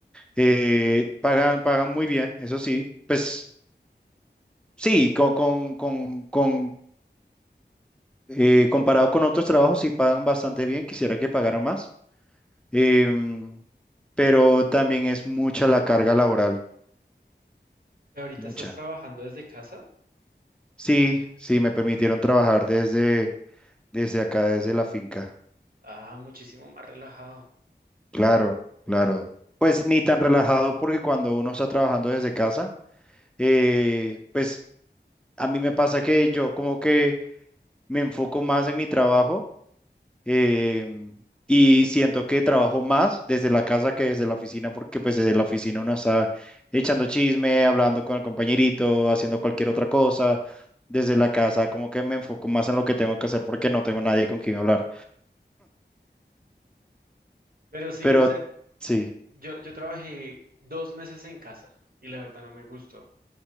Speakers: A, in the centre; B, on the right.
A: eh, pagan, pagan muy bien, eso sí. Pues sí, con, con, con, con, eh, comparado con otros trabajos, sí pagan bastante bien, quisiera que pagaran más. Em, pero también es mucha la carga laboral,
B: ¿Ahorita
A: mucha.
B: estás trabajando desde casa?
A: Sí, sí, me permitieron trabajar desde, desde acá, desde la finca.
B: Ah, muchísimo más relajado.
A: Claro, claro. Pues ni tan relajado porque cuando uno está trabajando desde casa, eh, pues a mí me pasa que yo como que me enfoco más en mi trabajo em, y siento que trabajo más desde la casa que desde la oficina porque pues desde la oficina uno está echando chisme, hablando con el compañerito, haciendo cualquier otra cosa. Desde la casa como que me enfoco más en lo que tengo que hacer porque no tengo nadie con quien hablar.
B: Pero sí,
A: Pero
B: o sea,
A: sí,
B: yo, yo trabajé dos meses en casa y la verdad no me gustó